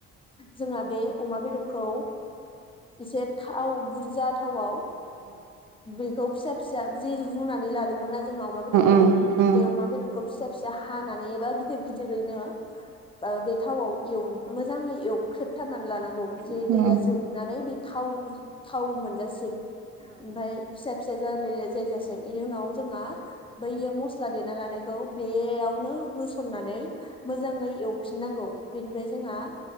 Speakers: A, on the left; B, on the right.
A: जोंहा बे अमा बेदरखौ एसे थाव बुरजा। बुरजा थावाव। बेखौ फिसा। फिसा जेरै रुनानै लादोंमोन ना। जोंहा अमा बेदरखौ
B: उम उम
A: बे अमा बेदरखौ फिसा फिसा हानानै एबा गिदिर गिदिरैनो बे थावआव एवना मोजांङै एवनानै। एवख्रेबथानानै लानांगौ। जे
B: औ
A: दैया जोबनानै बे। थाव। थाव मोनजासिम। ओमफ्राय फिसा फिसा जाबाथाय। जायगा बेनि उनाव जोंहा बैयो मस्ला देना लानायखौ बेयावनो होसननानै मोजाङै एवफिननांगौ बेनिफ्राय जोंहा